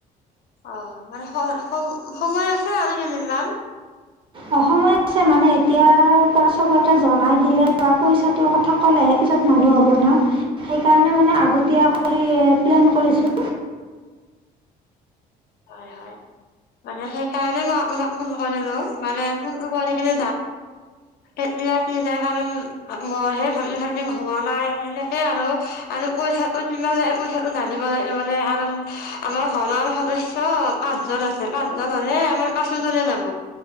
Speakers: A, on the left; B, on the right.
A: অ', মানে সম সময় আছে আৰু কেইদিনমান?
B: অঁ সময় আছে মানে এতিয়াৰ পৰা চবকে জনাই দিলে বা পইচাটোৰ কথা। ক'লেহে পিছত মানুহ হ'বনা, সেইকাৰণে মানে আগতীয়া কৰি প্লেন কৰিছোঁ!
A: হয়, হয়! মানে সেইকাৰণে মই আপোনাক ফোন কৰিলোঁ! মানে ফোনটো কৰি কিনে। এতিয়া সি নাই কাৰণ মইহে ভাবি থাকিম হোৱা নাই এনেকে আৰু! আৰু পইচাটো যিমান লাগে পইচাটো নানিব লাগে মানে কাৰণ আমাৰ ঘৰৰ সদস্য। ত' পাঁচজন আছে পাঁচজন হ'লে আমাৰ পাঁচোজনে যাব!